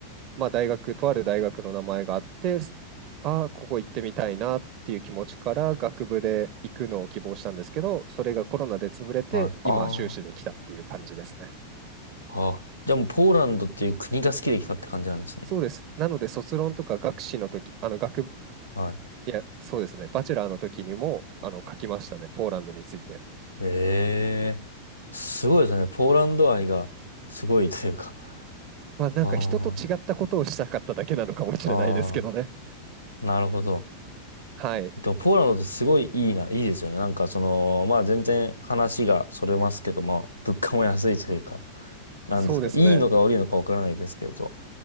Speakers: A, on the right; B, on the left.
A: まあ、大学、とある大学の名前があって、ああ、ここ行ってみたいなっていう気持ちから、学部で行くのを希望したんですけど、それがコロナで潰れて、
B: はい。
A: 今、
B: ああ。
A: 修士できたっていう感じですね。
B: あ、じゃあもうポーランドっていう国が好きで来たって感じなんですね。
A: そうです。なので、卒論とか学士の時、あの学
B: は
A: いや、そうですね。バチェラーの時にも、あの、書きましたね。ポーランドについて。
B: い。ええ、すごいですね。ポーランド愛がすごいというか。
A: まあ、なんか人と違ったことをしたかっただけなのかもしれないですけどね。
B: ああ、ああ、なるほど。
A: はい。
B: でも、ポーランドってすごいいいな、いいですよね。なんか、その、まあ全然話がそれますけど、まあ物価も安いというか、なんですか、
A: そうですね。
B: いいのか悪いのかわからないですけど。